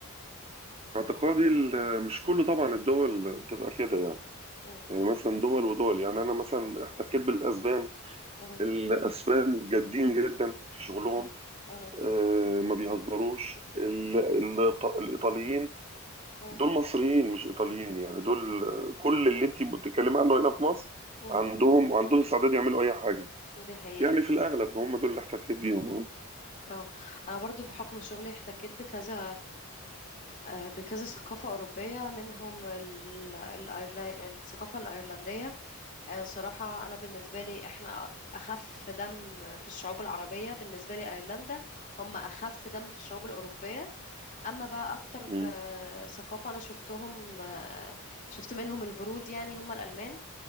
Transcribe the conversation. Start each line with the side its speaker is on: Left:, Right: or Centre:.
Right: اعتقادي ال- مش كل طبعا الدول بتبقى كده يعني.
Left: مم،
Right: يعني مثلا دول ودول يعني انا مثلا احتكيت بالاسبان
Left: مهم،
Right: الاسبان جادين جدا في شغلهم
Left: مهم، مهم،
Right: آه، ما بيهزروش ال- ال- الايطاليين
Left: مهم،
Right: دول مصريين مش ايطاليين يعني دول آه، كل اللي انت بتتكلمي عنه هنا في مصر
Left: مهم.
Right: عندهم عندهم استعداد يعملوا اي حاجه
Left: دي حقيقة
Right: يعني في الاغلب هم دول اللي احتكيت بيهم اه
Left: اه انا برضو بحكم شغلي احتكيت بكذا آه، بكذا ثقافة أوروبية منهم ال... ال... الأيرلا- الثقافة الأيرلندية آه، صراحة أنا بالنسبة لي إحنا أخف دم في الشعوب العربية بالنسبة لي أيرلندا هم أخف دم في الشعوب الأوروبية أما بقى أكتر
Right: مم.
Left: آه، ثقافة أنا شفتهم آه، شفت منهم البرود يعني هم الألمان